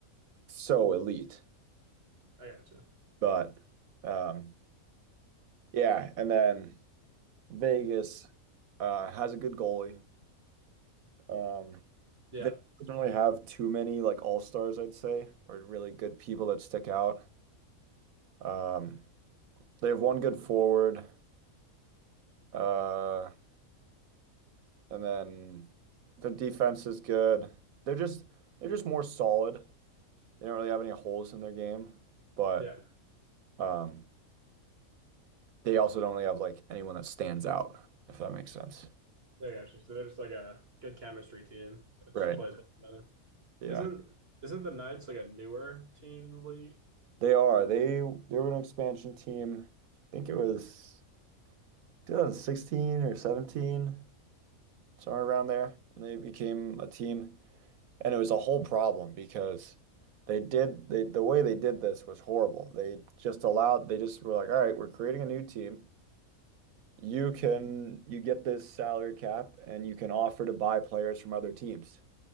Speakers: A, on the right; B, on the right.
A: so elite.
B: I gotcha.
A: But um, yeah, and then Vegas uh, has a good goalie. Um,
B: Yeah.
A: Vegas doesn't really have too many like all-stars, I'd say, or really good people that stick out. Um, they have one good forward, uh, and then the defense is good. They're just they're just more solid. They don't really have any holes in their game, but
B: Yeah.
A: um, they also don't really have like anyone that stands out, if that makes sense.
B: Yeah, gotcha. So they're just like a good chemistry team that
A: Right.
B: just plays well together.
A: Yeah.
B: Isn't isn't the Knights like a newer team in the league?
A: They are. They they were an expansion team. I think it was 2016 or 17, somewhere around there, when they became a team. And it was a whole problem because they did they the way they did this was horrible. They just allowed they just were like, all right, we're creating a new team. You can you get this salary cap and you can offer to buy players from other teams.